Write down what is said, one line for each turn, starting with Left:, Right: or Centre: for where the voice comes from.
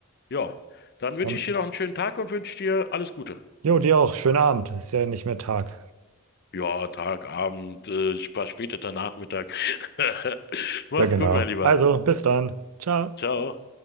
Left: ja, dann wünsche
Right: Dann,
Left: ich dir noch einen schönen Tag und wünsche dir alles Gute.
Right: jo, dir auch. Schönen Abend. Ist ja nicht mehr Tag.
Left: Ja, Tag, Abend, äh, spa- später Nachmittag. <laughs> Mach's
Right: Ja, genau.
Left: gut, mein Lieber.
Right: Also, bis dann. Ciao.
Left: Ciao.